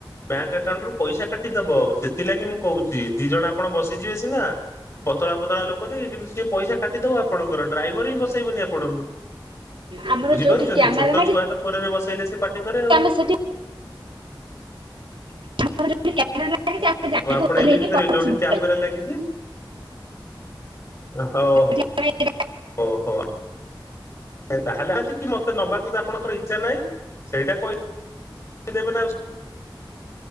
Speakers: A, on the left; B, on the right.
A: ବ୍ୟାଙ୍କ ଆକାଉଣ୍ଟ ରୁ ପଇସା କାଟିଦବ ସେଥିଲାଗି ମୁଁ କହୁଛି ଦି ଜଣ ଆପଣ ବସିଯିବେ ସିନା। ପତଳା ପତଳା ଲୋକ ଯେ କିନ୍ତୁି ସିଏ ପଇସା କାଟିଦବ ଆପଣଙ୍କର ଡ୍ରାଇଭର ହିଁ ବସେଇବନି ଆପଣଙ୍କୁ।
B: ଆମର
A: ବୁଝିପାରୁଚନ୍ତି
B: ଯୋଉଠି କ୍ୟାମେରା
A: ଛୋଟ
B: ଲାଗିଛି
A: ଛୁଆ ତ କୋରରେ ବସେଇଲେ ସିଏ ପାଟି କରେ ଆଉ।
B: ଆମେ ସେଠି <unintelligible>
A: ହଁ ଆପଣ
B: ଓହ୍ଲେଇକି
A: ଏମିତି କରିବେ,
B: ପଛକୁ
A: ଯୋଉଠି କ୍ୟାମେରା ଲାଗିଛି? ହଉ ହଉ
B: ନାଇଁ
A: ହୋ ଆ। ତାହେଲେ କି ଯଦି ମତେ ନବାକୁ ତ ଆପଣଙ୍କର ଇଚ୍ଛା ନାହିଁ, ସେଇଟା କହିଦେବେ ନା ଆଉ।